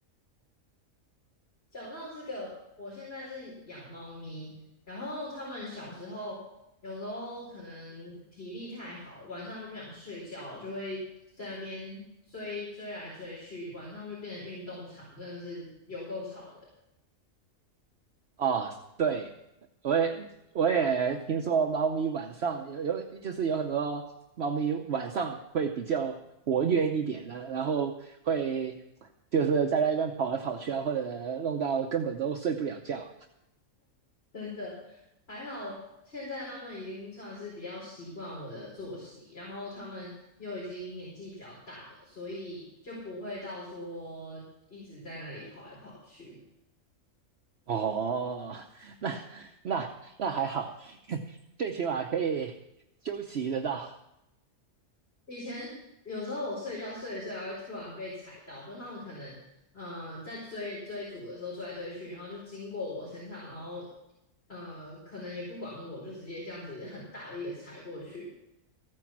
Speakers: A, on the left (about 50°); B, on the right (about 55°).
A: 讲到这个，我现在是养猫咪，然后他们小时候有时候可能体力太好，晚上就不想睡觉，就会在那边追追来追去，晚上就变成运动场，真的是有够吵的，
B: 哦，对，我也我也听说猫咪晚上有有就是有很多猫咪晚上会比较活跃一点的，然后会就是在那边跑来跑去啊，或者弄到根本都睡不了觉。
A: 真的。还好现在他们已经算是比较习惯我的作息，然后他们又已经年纪比较大了，所以就不会到说一直在那里跑来跑去。
B: 哦，那那那还好，最起码可以休息得到，
A: 以前有时候我睡觉睡一睡，还会突然被踩到，就是他们可能嗯、呃在追追逐的时候追来追去，然后就经过我身上，然后呃可能也不管我，就直接这样子很大力的踩过去。